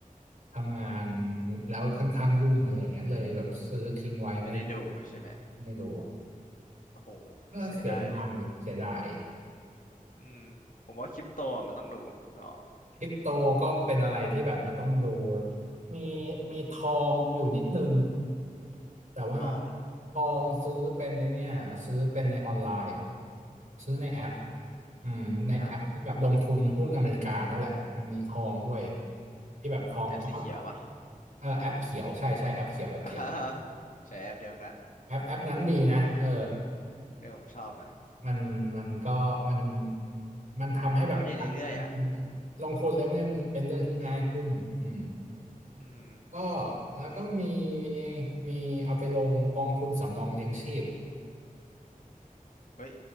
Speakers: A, on the right (about 55°); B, on the left (about 65°).
A: ทำงานแล้วค่อนข้างยุ่งอะไรเงี้ยเลยแบบซื้อทิ้งไว้ไม่
B: ไม่ได้ดูใช่ไหม
A: ไม่ดู
B: โอ้โห
A: ก็เสียดายเสียดาย
B: เสียดายเลย อืมผมว่าคริปโตอ่ะมันต้องดูอ๋อ
A: คริปโตก็เป็นอะไรที่แบบมันต้องดูมีมีทองอยู่นิดนึง แต่ว่า
B: ทอง
A: ทองซื้อเป็นในเนี่ยซื้อเป็นในออนไลน์ซื้อในแอป
B: อืม
A: อืมในแอปที่แบบลงทุนหุ้นอเมริกานั่นแหละมันมีทองด้วย
B: อ่า
A: ที่แบบทองเก้า
B: แอปสีเขียวปะ
A: เออแอปเขียวใช่ใช่แอปเขียวแอปเขียว
B: <laughs> ใช้แอปเดียวกัน
A: แอปแอปนั้นดีนะเออ
B: เออผมชอบนะ
A: มันมันก็มันมันทำให้แบบลงทุน
B: อัปเดตเรื่อยๆอ่ะ
A: ลงทุนอะไรพวกเนี้ยมันเป็นเรื่องที่ง่ายขึ้นอืม
B: อืม
A: ก็แล้วก็มี
B: โอ้
A: มีเอาไปลงกองทุนสำรองเลี้ยงชีพ
B: เฮ้ย